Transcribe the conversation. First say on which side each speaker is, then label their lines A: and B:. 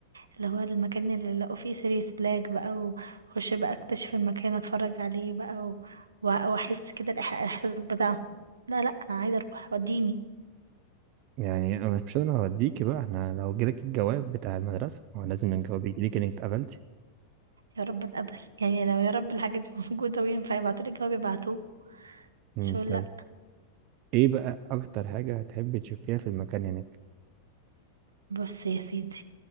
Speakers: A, on the right (about 75°); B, on the right (about 40°).
A: اللي هو المكان اللي لقوا فيه سيريس بلاك بقى واخش بقى اكتشف المكان اتفرج عليه بقى و... و- واحس كده الإح- الاحساس بتاعهم لا لا انا عايزه اروح وديني
B: يعني أنا مش انا هوديكي بقى احنا لو جالك الجواب بتاع المدرسة هو لازم نجاوب يجيلك انك اتقبلتي
A: يا رب اتقبل يعني لو يا رب الحاجه دي <laughs> موجوده وينفع يبعتولي الجواب يبعتوه
B: امم
A: مش هقول
B: طيب
A: لا
B: ايه بقى اكتر حاجة هتحبي تشوفيها في المكان هناك
A: بص يا سيدي